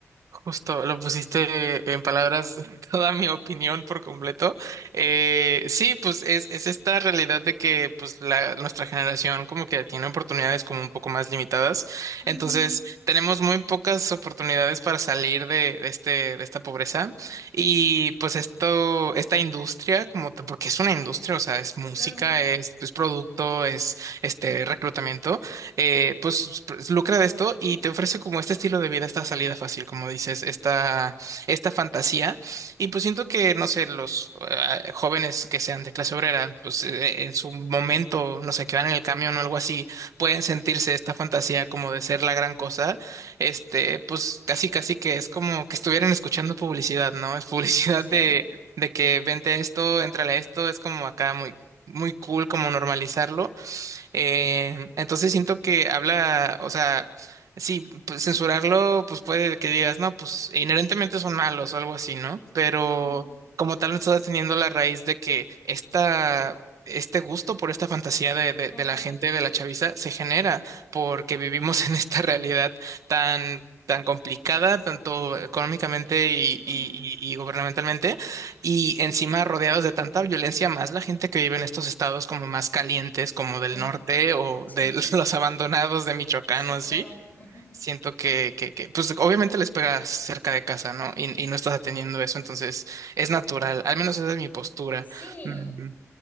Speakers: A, on the right; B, on the left.
A: Justo, lo pusiste en palabras <laughs> toda mi opinión por completo. Eh, sí, pues es, es esta realidad de que pues la, nuestra generación como que tiene oportunidades como un poco más limitadas.
B: Ujú,
A: Entonces, tenemos muy pocas oportunidades para salir de, de este, de esta pobreza. Y pues esto, esta industria, como ta- porque es una industria, o sea, es música,
B: claro.
A: es, es producto, es este reclutamiento eh, pues pr- lucra de esto y te ofrece como este estilo de vida, esta salida fácil, como dices, esta, esta fantasía. Y pues siento que, no sé, los eh, jóvenes que sean de clase obrera, pues eh, en su momento, no sé, que van en el camión o algo así, pueden sentirse esta fantasía como de ser la gran cosa. Este, pues casi, casi que es como que estuvieran escuchando publicidad, ¿no? Es publicidad
B: Sí.
A: de, de que vente esto, entrale a esto, es como acá muy, muy cool como normalizarlo. Eh, entonces siento que habla, o sea, sí, pues, censurarlo, pues puede que digas, no, pues inherentemente son malos o algo así, ¿no? Pero
B: Ujú,
A: como tal, no está teniendo la raíz de que esta, este gusto por esta fantasía de, de,
B: Claro.
A: de la gente, de la chaviza, se genera porque vivimos <laughs> en esta realidad tan... tan complicada, tanto económicamente y,
B: Ujú,
A: y y- y gubernamentalmente, y encima rodeados de tanta violencia, más la gente que vive en estos estados como más calientes, como del
B: ujú.
A: norte o
B: Sí,
A: de <laughs> los abandonados de Michoacán
B: sí,
A: o así,
B: claro. Ujú.
A: siento que, que, que, pues obviamente les pega cerca de casa, ¿no? Y, y no estás atendiendo eso, entonces es natural, al menos esa es mi postura.
B: Sí.
A: Mm,